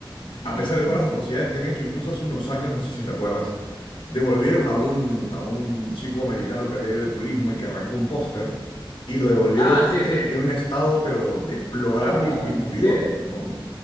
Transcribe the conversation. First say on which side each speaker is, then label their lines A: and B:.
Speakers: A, on the left; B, on the left.
A: Ujú.
B: a pesar de todas las atrocidades que han hecho, incluso hace unos años, no sé si te acuerdas Devolvieron a un, a un chico americano que había ido de turismo y que arrancó un póster y lo devolvieron
A: Ah, sí,
B: e-
A: sí.
B: en un estado pero deplorable
A: Puma.
B: y, y murió,
A: Sí,
B: ¿no?